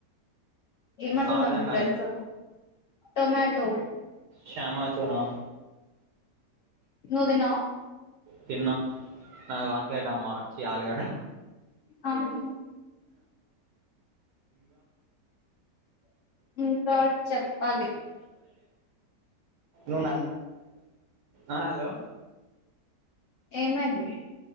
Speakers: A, on the left; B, on the right.
A: ఏమంటుందండి
B: ఆ అర్థం కాలే
A: ఫ్రెండ్స్ టొమాటో
B: శ్యామ చునా
A: నువ్ తిన్నావా?
B: తిన్నా నాది వంకాయ టమా చి ఆలుగడ్డ.
A: అహ ఇంకా చెప్పాలి
B: ఉ ఆ హలో
A: ఏమైంది?